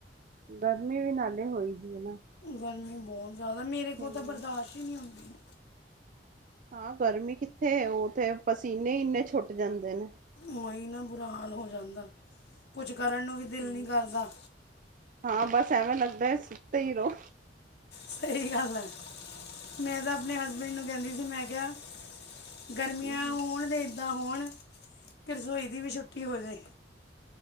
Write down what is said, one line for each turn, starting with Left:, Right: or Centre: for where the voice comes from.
Right: ਗਰਮੀ ਵੀ ਨਾਲੇ ਹੋਈ ਦੀ ਏ ਨਾ
Left: ਗਰਮੀ ਬੋਤ ਜਾਦਾ ਮੇਰੇ ਕੋਲ
Right: ਹਮ
Left: ਤ ਬਰਦਾਸ਼ ਈ ਨੀ ਹੁੰਦੀ।
Right: ਹਾਂ ਗਰਮੀ ਕਿੱਥੇ ਉਤੇ ਪਸੀਨੇ ਇੰਨੇ ਛੁੱਟ ਜਾਂਦੇ ਨੇ।
Left: ਉਹੀ ਨਾ ਬੁਰਾ ਹਾਲ ਹੋ ਜਾਂਦਾ, ਕੁਛ ਕਰਨ ਨੂੰ ਵੀ ਦਿਲ
Right: ਹੂੰ,
Left: ਨੀ ਕਰਦਾ
Right: ਹਾਂ ਬਸ ਐਵੇਂ ਲੱਗਦਾ ਹੈ ਸੁੱਤੇ ਈ ਰੋ
Left: ਸਹੀ ਗੱਲ ਐ, ਮੈਂ ਤਾ ਆਪਣੇ ਹਸਬੈਂਡ ਨੂੰ ਕੇਂਦੀ ਸੀ ਮੈਂ ਕਿਆ ਗਰਮੀਆਂ
Right: ਹਮ
Left: ਹੋਣ ਤੇ ਏਦਾਂ ਹੋਣ ਕਿ ਰਸੋਈ ਦੀ ਵੀ ਛੁੱਟੀ ਹੋ ਜਾਏ।